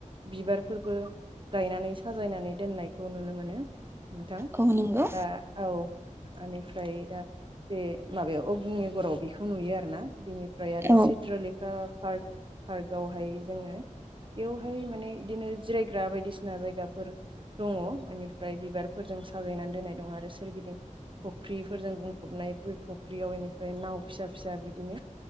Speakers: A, on the right (about 40°); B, on the right (about 20°).
A: बिबारफोरबो गायनानै साजायनानै दोननायखौ नुनो मोनो। नोंथां
B: औ नंगौ
A: दा औ बेनिफ्राय दा बे माबायाव अगनिगराव बेखौ नुयो आरोना बिनि फ्राय आरो
B: औ
A: चित्रलेखा पार्क पार्कआवहाय जोङो बेयावहाय माने बिदिनो जिरायग्रा बायदिसिना जायगाफोर दङ बेनिफ्राय बिबारफोरजों साजायनानै दोननाय दङ आरो सोरगिदिं फुख्रिफोरजों बुंफबनाय फख्रियाव बेनिफ्राय नाव फिसा फिसा बिदिनो